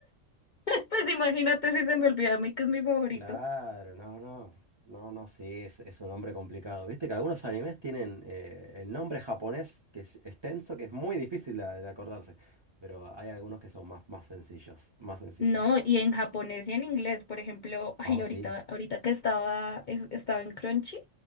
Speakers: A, on the left; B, on the right.
A: <laughs> Pues imagínate si se me olvida a mí que es mi favorito.
B: Claro, no, no. No, no, sí, es, es un nombre complicado. Viste que algunos animes tienen eh, el nombre japonés que es extenso, que es muy difícil de, de acordarse. Pero hay algunos que son más, más sencillos, más sencillos.
A: No, y en japonés y en inglés, por ejemplo, ay,
B: Oh,
A: ahorita,
B: sí.
A: ahorita que estaba, es- estaba en Crunchy,